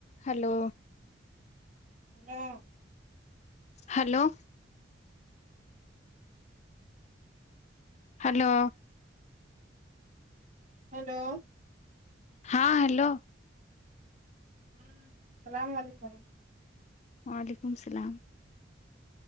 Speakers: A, on the left; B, on the right.
A: hello
B: hello
A: hello hello
B: hello
A: ہاں hello
B: ہوں السلام علیکم
A: وعلیکم السلام